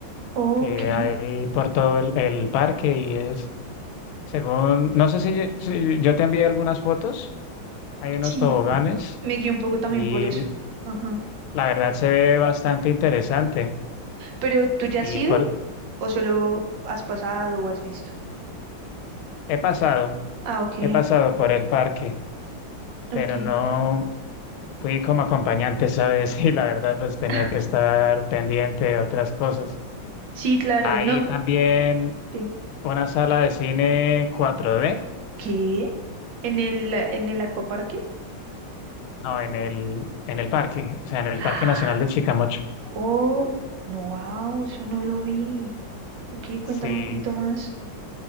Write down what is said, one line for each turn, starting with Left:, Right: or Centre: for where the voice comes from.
Right: Ok.
Left: que hay por todo el, el parque y es, según, no sé si, si yo te envié algunas fotos. Hay unos
Right: Sí.
Left: toboganes
Right: Me guié un poco también
Left: y
Right: por eso. Ajá.
Left: la verdad se ve bastante interesante.
Right: ¿Pero tú ya
Left: Y
Right: has ido
Left: por,
Right: o solo has pasado o has visto?
Left: he pasado,
Right: Ah, ok.
Left: he pasado por el parque, pero
Right: Ok.
Left: no fui como acompañante, ¿sabes? <laughs> Y la verdad pues tenía
Right: Ah,
Left: que estar pendiente de otras cosas.
Right: Sí, claro,
Left: Hay
Right: no.
Left: también
Right: Dime.
Left: una sala de cine cuatro d
Right: ¿Qué? ¿En el, en el acuaparque?
Left: no, en el, en el parque, o sea, en el
Right: <gasps>
Left: Parque Nacional de Chicamocha.
Right: Oh, no, wow, eso no lo vi. Ok, cuéntame
Left: Sí,
Right: un poquito más.